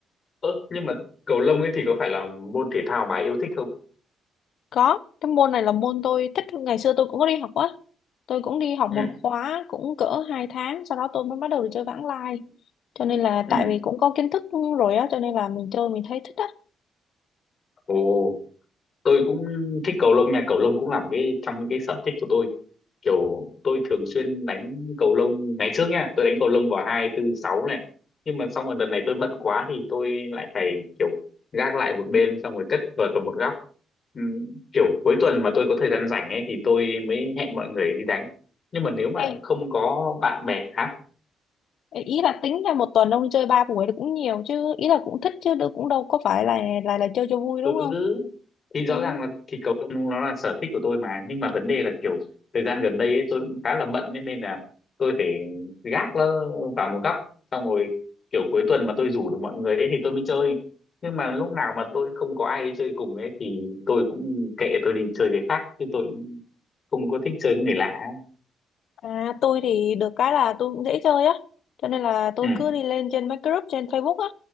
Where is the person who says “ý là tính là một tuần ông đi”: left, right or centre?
Left